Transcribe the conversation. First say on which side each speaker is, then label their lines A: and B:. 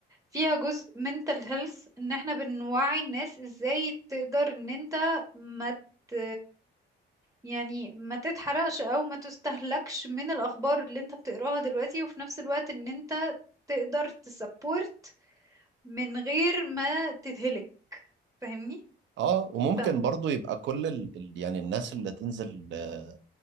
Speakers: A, on the right; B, on the right.
A: فيها جزء mental health ان احنا بنوعي الناس ازاي تقدر ان انت ما ت... يعني ما تتحرقش او ما تستهلكش من الاخبار اللي انت بتقراها دلوقتي وفي نفس الوقت ان انت تقدر تسبورت من غير ما تتهلك فاهمني
B: اه وممكن
A: ف...
B: برضو يبقى كل ال... ال- يعني الناس اللي تنزل آه،